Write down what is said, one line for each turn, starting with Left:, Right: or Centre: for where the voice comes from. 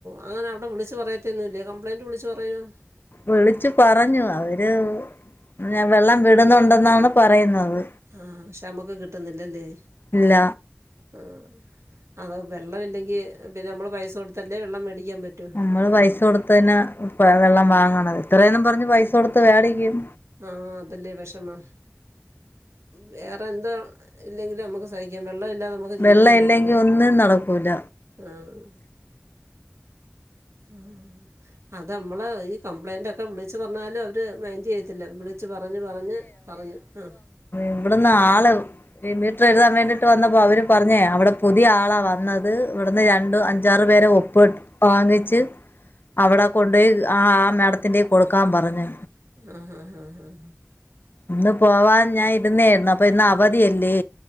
Right: അങ്ങനെ അവിടെ വിളിച്ച് പറയത്തൊന്നില്ലേ കംപ്ലയിന്റ് വിളിച്ചു പറയുമോ.
Left: വിളിച്ചു പറഞ്ഞു അവര്. ഞാൻ വെള്ളം വിടുന്നുണ്ടെന്നാണ് പറയുന്നത്
Right: ആ പക്ഷെ നമുക്ക് കിട്ടുന്നില്ലല്ലേ
Left: ഇല്ല
Right: ആ അതോ വെള്ളം ഇല്ലെങ്കിൽ പിന്നെ നമ്മൾ പൈസ കൊടുത്തല്ലേ വെള്ളം മേടിക്കാൻ പറ്റു
Left: നമ്മള് പൈസ കൊടുത്ത തന്നെ വെള്ളം വാങ്ങണ എത്രയന്നും പറഞ്ഞ് പൈസ കൊടുത്ത് മേടിക്കും
Right: ആഹ് അതല്ലേ വിഷമം വേറെ എന്താ ഇല്ലെങ്കിലും നമുക്ക് സഹി വെള്ളം ഇല്ലാതെ നമുക്ക് ജീവിക്കാൻ
Left: വെള്ളം ഇല്ലെങ്കി
Right: പറ്റുവ
Left: ഒന്നും നടക്കൂല
Right: ആഹ് ആഹ് അത് നമ്മള് ഈ കംപ്ലൈന്റ് ഒക്കെ വിളിച്ച് പറഞ്ഞാലും അവര് മൈൻഡ് ചെയ്യത്തില്ല വിള ച്ച് പറഞ്ഞ് പറഞ്ഞ് പറഞ്ഞ് ആഹ്
Left: ഇവിടന്ന് ആള് മീറ്റർ എഴുതാൻ വേണ്ടിട്ട് വന്നപ്പോ അവര് പറഞ്ഞേ അവിടെ പുതിയ ആളാ വന്നത് ഇവിടുന്ന് രണ്ട് അഞ്ചാറ് പേരെ ഒപ്പ് വാങ്ങിച്ച് അവിടെ കൊണ്ടോയി ആഹ് മേഡത്തിന്റെ കൈ കൊടുക്കാൻ പറഞ്ഞു
Right: ആഹ് <unintelligible>
Left: ഇന്ന് പോവാൻ ഞാൻ ഇരുന്നായിരുന്നു അപ്പൊ ഇന്ന് അവധിയല്ലേ